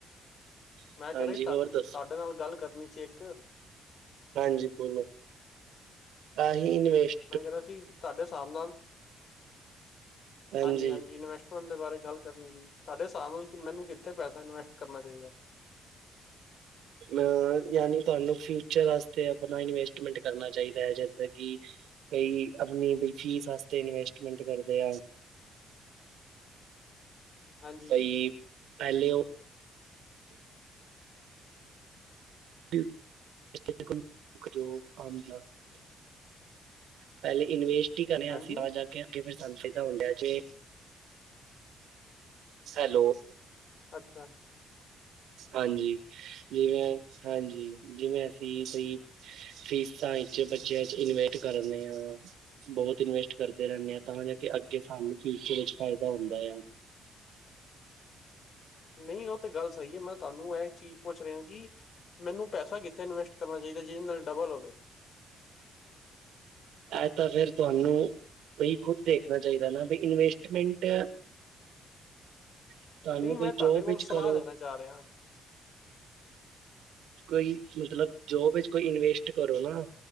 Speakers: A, on the right; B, on the left.
A: ਹਾਂਜੀ
B: ਮੈਂ ਕੇਹ ਰੇਹਾ
A: ਹੋਰ
B: ਸੀ,
A: ਦੱਸੋ
B: ਤਾਡੇ ਨਾਲ ਗੱਲ ਕਰਨੀ ਚ ਏਕ
A: ਹਾਂਜੀ ਬੋਲੋ, ਆਹੀ ਇਨਵੇਸ
B: ਮੈਂ ਕੇਹ ਰੇਹਾ ਸੀ ਤੁਹਾਡੇ ਸਾਬ ਨਾਲ
A: ਹਾਂਜੀ
B: ਹਾਂਜੀ-ਹਾਂਜੀ ਇਨਵੈਸਟ ਬਾਰੇ ਗੱਲ ਕਰਨੀ ਸੀ। ਸਾਡੇ ਸਾਬ ਨਾਲ ਮੈਨੂੰ ਕਿੱਥੇ ਪੈਸਾ ਇਨਵੈਸਟ ਕਰਨਾ ਚਾਹੀਦਾ।
A: ਅ ਯਾਨੀ ਤੁਹਾਨੂੰ ਫਿਊਚਰ ਆਸਤੇ ਆਪਣਾ ਇਨਵੈਸਟਮੈਂਟ ਕਰਨਾ ਚਾਹੀਦਾ ਏ ਜਿੱਦਾ ਕਿ ਕਈ ਆਪਣੀਂ ਬਈ ਫ਼ੀਸ ਆਸਤੇ ਇਨਵੈਸਟਮੈਂਟ ਕਰਦੇ ਆ।
B: ਹਾਂਜੀ,
A: ਬਈ, ਪੈਲੇ ਓ। <inaudible> ਪੈਲੇ ਇਨਵੇਸਟ ਹੀ ਕਰੇਂ,
B: ਹਾਂਜੀ
A: ਅਸੀਂ ਆ ਜਾਂ ਕੇ। ਕਿਵੇਂ ਸਾਨੂੰ ਚਾਹੀਦਾ ਹੁੰਦਾ ਜੇ, ਹੈਲੋ।
B: ਅੱਛਾ।
A: ਹਾਂਜੀ, ਜਿਵੇਂ ਹਾਂਜੀ, ਜਿਵੇਂ ਅਸੀਂ ਬਈ। ਫ਼ੀਸਾਂ ਵਿਚ ਬੱਚਿਆਂ ਚ ਇਨਵੈਟ ਕਰਨੇ ਆ। ਬੋਤ ਇਨਵੈਸਟ ਕਰਦੇਂ ਰੇਂਣੇ ਆ ਤਾਂ ਜਾਂ ਕੇ ਅੱਗੇ ਸਾਨੂੰ ਫਿਊਚਰ ਵਿੱਚ ਫ਼ਾਇਦਾ ਹੁੰਦਾਂ ਯਾਂ।
B: ਨਈ ਓ ਤੇ ਗੱਲ਼ ਸਹੀ ਏ। ਮੈਂ ਤਾਨੂੰ ਇਹ ਚੀਜ਼ ਪੁੱਛ ਰਿਹਾਂ ਕਿ ਮੈਨੂੰ ਪੈਸਾਂ ਕਿੱਥੇ ਇਨਵੈਸਟ ਕਰਨਾਂ ਚਾਹੀਂਦਾ, ਜਿਦੇ ਨਾਲ਼ ਡੱਬਲ ਹੋਵੇਂ।
A: ਐਹ ਤਾਂ ਫੇਰ ਤੁਆਨੂੰ। ਬਈ ਖੁਦ ਦੇਖਣਾਂ ਚਾਹੀਂਦਾ ਨਾ, ਬਈ ਇਨਵੈਸਟਮੈਂਟ ਤੁਹਾਨੂੰ
B: ਨੀ ਮੈਂ
A: ਕੋਈ
B: ਤੁਆਡੇ
A: ਜੋਬ
B: ਕੋਲੋਂ
A: ਵਿੱਚ
B: ਸਲਾਹ
A: ਕਰੋ
B: ਲੈਣਾਂ ਚਾਅ ਰਿਹਾਂ।
A: ਕੋਈ ਮੱਤਲਬ ਜੋਬ ਵਿੱਚ ਕੋਈ ਇਨਵੈਸਟ ਕਰੋਂ ਨਾ,